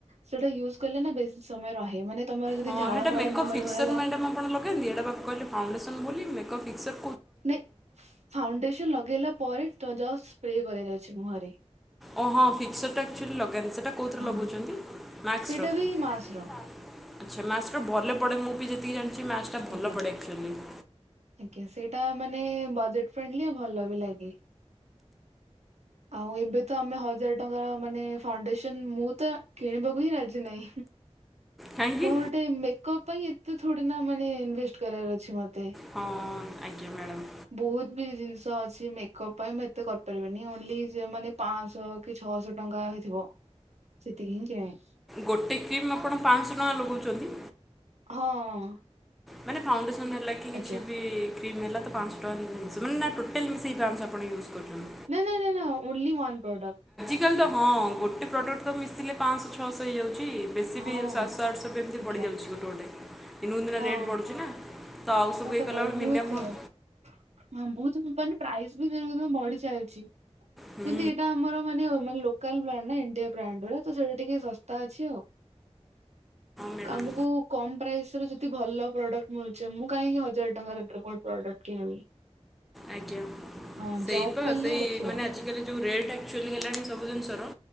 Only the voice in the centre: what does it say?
ହଁ
ହେଇଟା
ମେକପ୍
ଫିକ୍ସେଲ
ମ୍ୟାଡ଼ାମ ଆପଣ ଲଗାନ୍ତି। ଏଇଟା କହିଲେ ଫାଉଣ୍ଡେସନ ବୋଲି ମେକ୍ କ ଫିକ୍ସ
ଓହୋ ହଁ ଫିକ୍ସରଟା ଆକ୍ଚୁଆଲି ଲଗାନ୍ତି। ସେଇଟା କୋଉଁଥିରେ
ଲଗଉଚନ୍ତି। ମାସ୍କ
ର।
ଆଚ୍ଛା ମାସ୍କର ଭଲ ପଡେ ମୁଁ ବି ଯେତିକି ଜାଣିଚି। ମାସ୍କଟା ଭଲ
ପଡେ ଆକଚୁଆଲି। <inaudible>
କାହିଁକି
ହଁ ଆଜ୍ଞା ମ୍ୟାଡ଼ାମ୍
ଗୋଟେ କ୍ରିମ୍ ଆପଣ ପାଞ୍ଚଶହ ଟଙ୍କା ଲଗାଉଚନ୍ତି।
ମାନେ ଫାଉଁଡେସନ୍ ନେଲାକି କିଛି
ବି ମେଲା ତ ପାଞ୍ଚଶହ ଟଙ୍କା ହିଁ କିଣିଛି ମାନେ ନା ଟୋଟାଲ ମିଶିକି ପାଁସହ ଆପଣ ୟୁଜ୍ କରୁଛନ୍ତି
ଆକ୍ଟୁଆଲି ତ ହଁ ଗୋଟେ ପ୍ରଡ଼କ୍ଟ ତ ମିଶିଲେ ପାଞ୍ଚଶହ ଛଅଶହ ହେଇଯାଉ ଯାଉଛି ବେଶି
ବି ଶାତହ ଆଠହ ଏମତି
ପଡ଼ି ଯାଉଛି ଗୋଟେ ଗୋଟେ ଦିନକୁ ଦିନ
ରେଟ୍ ବଢୁଛି ନା। ତ ଆଉ ସବୁ
ଇଏ
କଲାବେଳେ
ମିନିମମ୍
ହଁ
ମ୍ୟାଡ଼ାମ୍
ଆଜ୍ଞା
ସେଇ
ବା
ସେଇ
ମାନେ ଆଜିକାଲି ଯୋଉ ରେଟ ଆକ୍ଚୁଆଲି ହେଲାଣି ସବୁ ଜିନିଷର